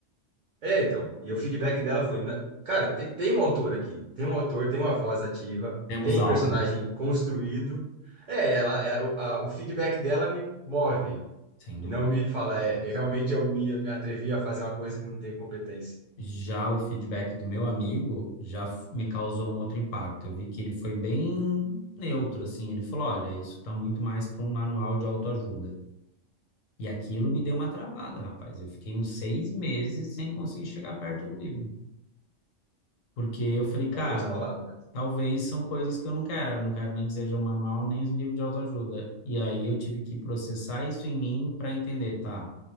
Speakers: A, on the right; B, on the left.
A: É, então. E o feedback dela foi: "Na- cara, tem, tem um autor aqui, tem um autor, tem uma voz ativa,
B: Temos
A: tem
B: algo,
A: personagem construído. É, ela, é- o a- o feedback dela me move.
B: sem dúvida.
A: E não me fala, é, realmente eu me, eu me atrevi a fazer uma coisa que não tenho competência.
B: Já o feedback do meu amigo já f- me causou um outro impacto. Eu vi que ele foi bem neutro, assim. Ele falou: olha, isso está muito mais para um manual de autoajuda. E aquilo me deu uma travada, rapaz. Eu fiquei uns seis meses sem conseguir chegar perto do livro. Porque eu falei, cara,
A: Algumas palavras.
B: talvez são coisas que eu não quero, não quero nem que seja um manual, nem um livro de autoajuda. E aí eu tive que processar isso em mim para entender, tá?